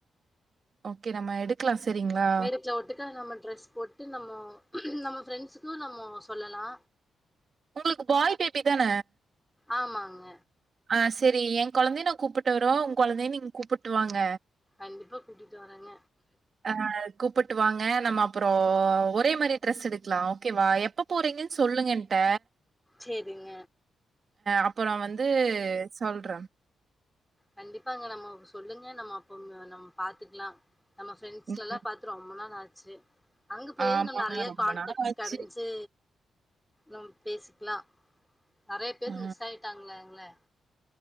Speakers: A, on the right; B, in the centre.
A: ஓகே நம்ம எடுக் க்லா சரிங்ளா
B: மேடத்த ஒத்துக்க நம்ம ட்ரெஸ் போட்டு நம்மோ நம்மோ ஃப்ரெண்ட்சுக்கு நம்மோ சொல்லலா
A: உங்களுக்கு பாய் பேபி தான
B: ஆமாங்க
A: ஆ செரி எ கொழந்தைய நா கூப்புட்டு வரவா உங் கொழந்தைய நீங் கூப்புட்டு வாங்க
B: கண்டிபா கூட்டிட்டு வரங்க
A: ஆ கூப்புட்டு வாங்க நம்ம அப்றோ ஒரே மாரி ட்ரஸ் எடுக்லா ஓகேவா எப்ப போறீங்கன் சொல்லுங்க என்ட்ட
B: சேரிங்க
A: அப்ப நா வந் து சொல்ற
B: கண்டிப்பாங்க நம்ம சொல்லுங்க நம்ம அப்போ நம் பாத்துக்லா நம்ம ஃப்ரெண்ட்ஸ்லல்லா
A: ம்
B: பாத் து ரொம்ப நாள் ஆச்சு அங்க போய்ல்
A: ஆமாங்க
B: நறைய
A: ரொம்ப
B: கான்டக்ட்ஸ்
A: நாள் ஆச்சு
B: கெடஞ்சு நம் பேசிக்லா நறைய பேரு
A: ஆ
B: மிஸ் ஆயிட்டாங்கங்ளே